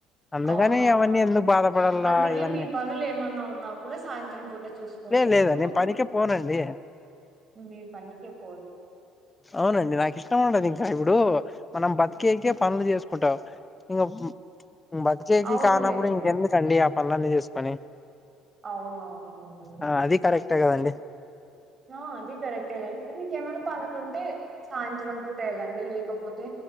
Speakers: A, on the left; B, on the right.
A: అందుకని
B: అవునవునండి
A: అవన్నీ ఎందుకు బాధపడాలా
B: అందుకే
A: ఇవన్నీ
B: మీ పనులు ఏమన్నా ఉన్నా కూడా సాయంత్రం పూట చూసుకోండి
A: లే లేద
B: అప్పుడు
A: నేన్ పనికే పోనండి
B: మీరు పనికే పోరా
A: అవునండి నాకు ఇష్టం ఉండదు ఇంకా ఇప్పుడు మనం బతికేకే పనులు చేసుకుంటాం ఇంక బత్ కేజి
B: అవునులేండి
A: కానప్పుడు ఇంకెందుకండి పనులన్నీ చేసుకొని
B: అవునవునవునండి
A: ఆ అది కరెక్టా కదండి
B: ఆ అది కరెక్టే లేండి మీకేమైనా పనులు ఉంటే సాయంత్రం పూట వెళ్ళండి లేకపోతే